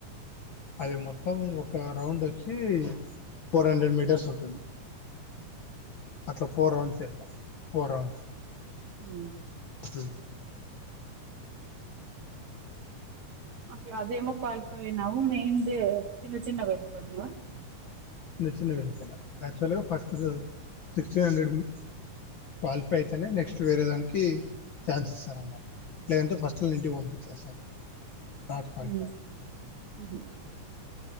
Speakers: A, on the left; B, on the right.
A: అది మొత్తం ఒక గ్రౌండ్ వచ్చి ఫోర్ హండ్రెడ్ మీటర్స్ ఉంటుంది అట్లా ఫోర్ రౌండ్స్ వేయాల ఫోర్ రౌండ్స్
B: ఉ
A: <inaudible>
B: ముప్పై అట్ల అదేమో క్వాలిఫై అయినావు మెయిన్దే చిన్న చిన్న వెల్పోయినావా
A: చిన్న చిన్న వెళ్ళిపెళ్ళ. యాక్చువల్గా ఫస్ట్ సిక్స్టీన్ హండ్రెడ్ మీ క్వాలిఫై అయితేనే. నెక్స్ట్ వేరే దానికి. ఛాన్స్ ఇస్తారనమాట లేదంటే ఫస్ట్ల్న్నీ ఇంటికి పంపించేస్తారు. నాట్ క్వాలిఫై
B: ఉహ్ హు అదే